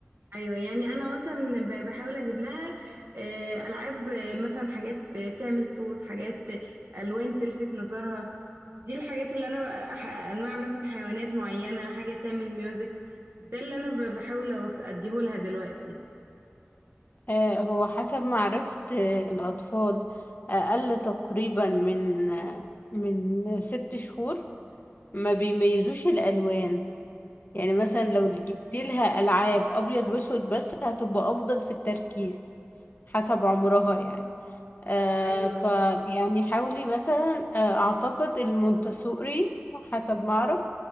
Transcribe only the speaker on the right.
ايوه يعني انا مثلا ب- بحاول اجيب لها آه، العاب آه، مثلا حاجات آه، تعمل صوت حاجات آه، الوان تلفت نظرها دي الحاجات اللي انا بقى- ح- انواع مثلا حيوانات معينه حاجه تعمل ميوزك ده اللي انا ب- بحاول أوص- اديهولها دلوقتي
أي
ايوه